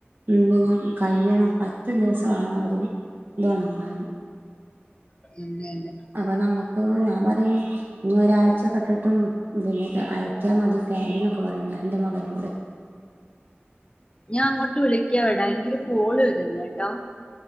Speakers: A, on the right; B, on the left.
A: എന്തിനും കഴിയണം പത്ത് ദിവസമാവണം ഒര് ഇത് ഒണങ്ങാന്.
B: അതെ അതെ
A: അപ്പം നമ്മ ആഹ് ഞാൻ പറയും ഇനി ഒരാഴ്ചക്കെട്ടട്ടും പിന്നെ അയക്കിയാ മതി ഫാന്റ് എന്നൊക്കെ പറയും ഞാൻ എന്റെ മകനോട്.
B: ഞാൻ അങ്ങോട്ട് വിളിക്കാമെടാ എനിക്കൊരു കോള് വരുന്ന് കേട്ടോ